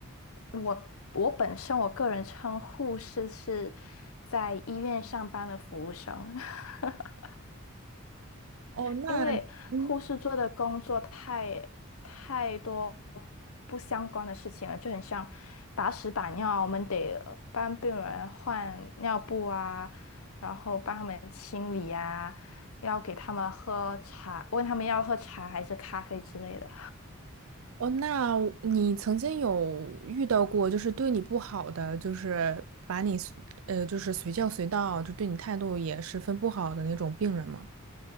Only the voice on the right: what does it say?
哦，那嗯，
哦，那你曾经有遇到过就是对你不好的，就是把你随呃就是随叫随到，就对你态度也十分不好的那种病人吗？